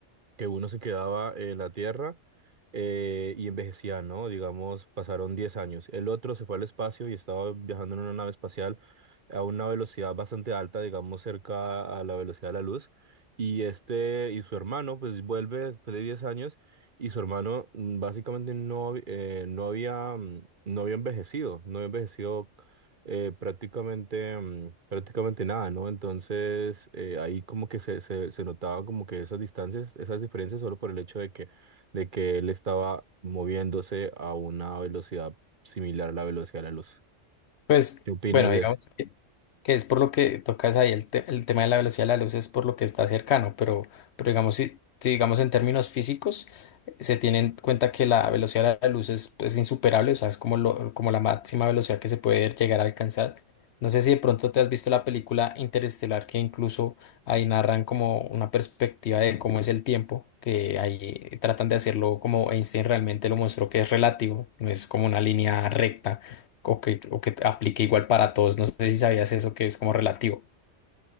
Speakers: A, on the right; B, on the left.
A: que uno se quedaba en la Tierra eh, y envejecía, ¿no? Digamos, pasaron 10 años. El otro se fue al espacio y estaba viajando en una nave espacial a una velocidad bastante alta, digamos, cerca a la velocidad de la luz. Y este y su hermano, pues vuelve después de 10 años y su hermano mm, básicamente no, hab- eh, no había, mm, no había envejecido, no había envejecido eh, prácticamente, mm, prácticamente nada, ¿no? Entonces, eh, ahí como que se, se, se notaban como que esas distancias, esas diferencias solo por el hecho de que, de que él estaba moviéndose a una velocidad similar a la velocidad de la luz.
B: Pues
A: ¿Qué opinas
B: bueno,
A: de
B: digamos.
A: eso?
B: Que es por lo que tocas ahí el, te- el tema de la velocidad de la luz es por lo que está cercano, pero, pero digamos, si, si digamos en términos físicos, eh, se tiene en cuenta que la velocidad de la luz es, pues, insuperable, o sea, es como, lo, como la máxima velocidad que se puede llegar a alcanzar. No sé si de pronto te has visto la película Interestelar, que incluso ahí narran como una perspectiva de cómo es el tiempo, que ahí tratan de hacerlo como Einstein realmente lo mostró que es relativo, no es como una línea recta o que, o que aplique igual para todos. No sé si sabías eso que es como relativo.